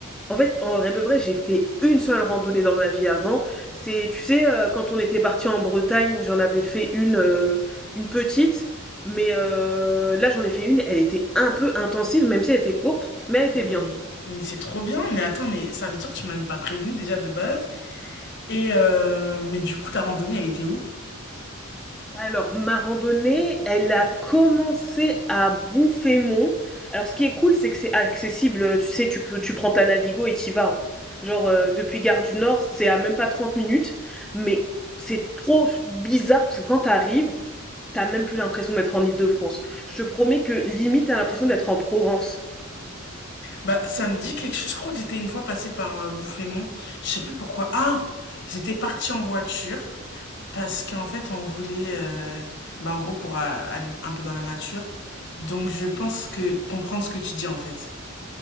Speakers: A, in the centre; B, on the left.
A: En fait, en vrai de vrai, j'ai fait une seule randonnée dans ma vie avant. C'est, tu sais, euh, quand on était parti en Bretagne, j'en avais fait une, euh, une petite. Mais euh, là, j'en ai fait une. Elle était un peu intensive, même si elle était courte, mais elle était
B: Mais,
A: bien.
B: mais c'est trop bien. Mais attends, mais ça veut dire que tu m'as même pas prévenu déjà de base. Et euh, mais du coup, ta randonnée, elle était où?
A: Alors, ma randonnée, elle a commencé à Bouffaymont. Alors, ce qui est cool, c'est que c'est accessible. euh, Tu sais, tu peux, tu prends ta Navigo et t'y vas. hein. Genre, euh, depuis Gare du Nord, c'est à même pas 30 minutes. Mais c'est trop bizarre parce que quand t'arrives, t'as même plus l'impression d'être en Île-de-France. Je te promets que limite, t'as l'impression d'être en Provence.
B: Bah, ça me dit quelque chose. Je crois que j'étais une fois passée par euh, Bouffémont. Je sais plus pourquoi. Ah, j'étais partie en voiture parce qu'en fait, on voulait, euh, bah, en gros, pour euh, aller un peu dans la nature. Donc, je pense que comprendre ce que tu dis en fait.